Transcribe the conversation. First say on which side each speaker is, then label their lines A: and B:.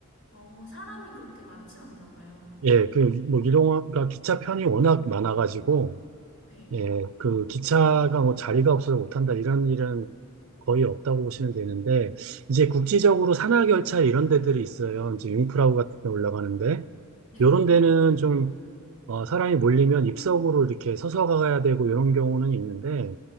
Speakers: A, on the left; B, on the right.
A: 어, 사람이 그렇게 많진 않나 봐요.
B: 예, 그, 뭐, 이동가 기차 편이 워낙 많아가지고,
A: 네,
B: 예, 그 기차가 뭐 자리가 없어서 못한다 이런 일은 거의 없다고 보시면 되는데 이제
A: 네,
B: 국지적으로 산악열차 이런 데들이 있어요. 이제 융프라우 같은 데 올라가는데
A: 네.
B: 요런 데는 좀 어, 사람이 몰리면 입석으로 이렇게 서서 가야 되고 이런 경우는 있는데